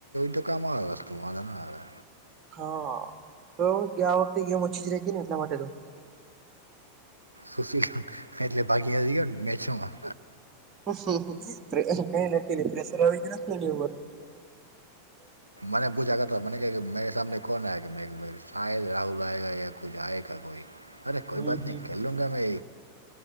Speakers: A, on the right; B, on the right.
A: તો કામ આવે વસ્તુ વાંધા ના આવે.
B: હા, તો આ વખતે ગેમ ઓછી જ ર ને એટલા માટે તો
A: સુશીલ એટલે બાકી ગયો ને મેચોમાં.
B: હું હું. એલે પ્રેેશરવે કે નર
A: મને બૂછ આગ મને કે મે સામને કોણ આયા? શદ રાહુલ આગ યા કુજ આયગ કોઈ અરે
B: હમ
A: કોઈ બાત
B: હમ
A: નહી ખેલ લુંંગા મેં